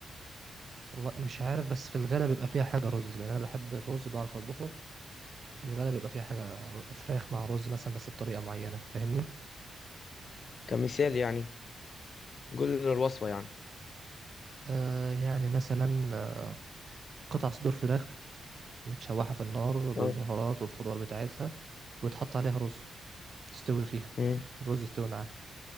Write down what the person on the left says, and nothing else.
كمثال يعني قول لنا الوصفة يعني
اه
مم.